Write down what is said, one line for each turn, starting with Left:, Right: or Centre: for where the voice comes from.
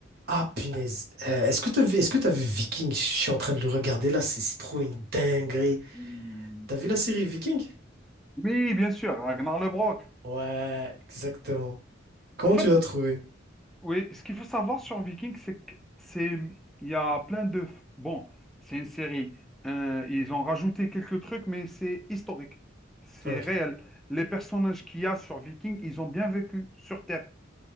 Right: Ah, punaise. Euh, est-ce que t'as vu, est-ce que t'as vu Viking? Je suis en train de le regarder là, c'est c'est trop une dinguerie.
Centre: Hmm.
Right: T'as vu la série Viking?
Centre: Oui, bien sûr, Ragnar Lodbrok.
Right: Ouais, exactement. Comment
Centre: En fait,
Right: tu l'as trouvé?
Centre: oui, ce qu'il faut savoir sur Vikings, c'est que c'est il y a plein de bon, c'est une série. Euh, ils ont rajouté quelques trucs, mais c'est historique, c'est
Right: Ok.
Centre: réel. Les personnages qu'il y a sur Vikings, ils ont bien vécu sur Terre.